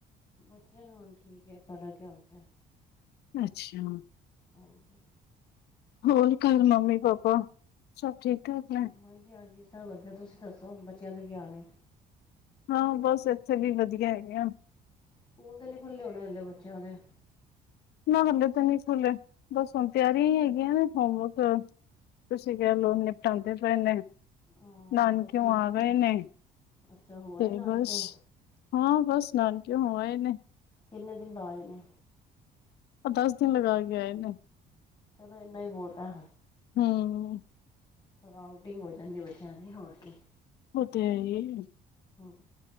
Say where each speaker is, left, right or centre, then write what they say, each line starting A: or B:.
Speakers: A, on the left (about 25°); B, on the left (about 75°).
A: ਬੱਚਿਆਂ ਨੂੰ, ਹੁਣ ਠੀਕ ਐ, ਫਰਕ ਏ ਹੁਣ ਤੇ।
B: ਅੱਛਾ।
A: ਹਾਂਜੀ।
B: ਹੋਰ ਘਰ, ਮੰਮੀ -ਪਾਪਾ ਸਭ ਠੀਕ? ਠਾਕ ਨੇ?
A: ਹਾਂਜੀ -ਹਾਂਜੀ ਸਬ ਵਧੀਆ, ਤੁਸੀ ਦੱਸੋ ਬੱਚੇਆਂ ਦੇ ਕੀ ਹਾਲ ਏ?
B: ਹਾਂ ਬਸ, ਏਥੇ ਵੀ ਵਧੀਆ ਹੈਗੇ ਆਂ।
A: ਸਕੂਲ ਤੇ ਨੀ ਖੁੱਲ੍ਹੇ ਹੋਣੇ ਹਲੇ ਬੱਚਿਆਂ ਦੇ?
B: ਨਾ ਹਲੇ ਤੇ ਨੀ ਖੁੱਲੇ, ਬਸ ਹੁਣ ਤਿਆਰੀਆਂ ਈ ਹੈਗੀਆਂ ਨੇ ਹੋਮਵਰਕ ਤੁਸੀ ਕਿਹਾ, ਲਓ ਨਿਪਟਾਂਦੇ ਪਏ ਨੇ
A: ਹਾਂ
B: ਨਾਨਕੇਓਂ
A: ਬਸ
B: ਆ ਗਏ ਨੇ।
A: ਅੱਛਾ ਹੋ ਆਏ
B: ਤੇ
A: ਨਾਨਕੇ
B: ਬਸ, ਹਾਂ ਬਸ ਨਾਨਕਿਓ ਹੋ ਆਏ ਨੇ।
A: ਕਿੰਨੇ ਦਿਨ ਲਾ ਆਏ ਨੇ?
B: ਦਸ ਦਿਨ ਲਗਾ ਕੇ ਆਏ ਨੇ।
A: ਚਲੋ ਏਨਾ ਈ ਬਹੁਤ ਐ।
B: ਹੂੰ।
A: ਥੋੜ੍ਹਾ ਆਊਟਿੰਗ ਹੋ ਜਾਂਦੀ ਬੱਚਿਆਂ ਦੀ, ਹੋਰ ਕੀ।
B: ਓ ਤੇ ਹੈ ਈ ਏ।
A: ਹੂੰ।